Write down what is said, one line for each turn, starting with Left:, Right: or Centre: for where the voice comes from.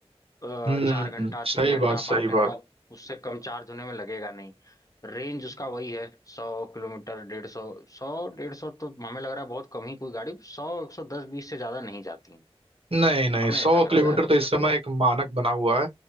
Left: अ,
Right: हम्म
Left: चार घंटा
Right: हम्म, सही
Left: तीन घंटा
Right: बात सही
Left: पाँच घंटा
Right: बात
Left: उससे कम चार्ज होने में लगेगा नहीं रेंज उसका वही है सौ किलोमीटर डेढ़ सौ सौ डेढ़ सौ तो हमें लग रहा है बहुत कम ही कोई गाड़ी सौ एक सौ दस बीस से ज्यादा नहीं जाती हैं।
Right: नहीं नहीं
Left: हमें
Right: सौ
Left: ऐसा लगता
Right: किलोमीटर
Left: है
Right: तो इस समय एक मानक बना हुआ है